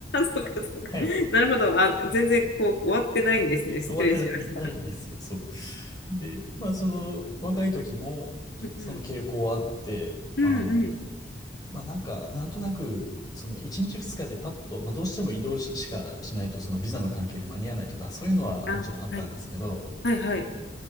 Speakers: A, on the left; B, on the left.
A: そうかそうか。
B: はい。
A: なるほど。あ、全然こう終わってないんですね。失礼しました。
B: 終わってないないんですよ、そう。で、まあ、その、若い時も、
A: うんうん。
B: その傾向はあって、
A: うんうん。
B: あの、まあ、なんか、なんとなく、その、1日2日でパッと、まあ、どうしても移動ししかしないと、その、ビザの関係で間に合わないとか、そういうのはもちろんあったんですけど、
A: あ、はい。はいはい。